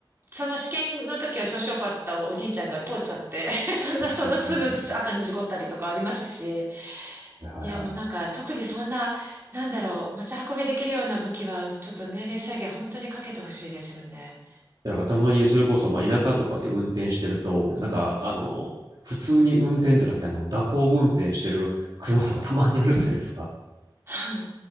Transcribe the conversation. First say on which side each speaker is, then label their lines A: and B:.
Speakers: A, on the right; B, on the right.
A: その試験の時は調子良かったおじいちゃんが通っちゃって <laughs> そんな、
B: うんうん
A: そのすぐ後に事故ったりとかありますし、
B: うんはいはいはい
A: いやもうなんか特にそんな、なんだろう、持ち運びできるような武器はちょっと年齢制限本当にかけてほしいですよね。
B: なんかたまにそれこそ、まあ、田舎とかで運転してると、
A: うん。
B: なんか、あの、普通に運転じゃなくて、あの、蛇行運転してる車とかたまにあるじゃないですか。
A: <laughs>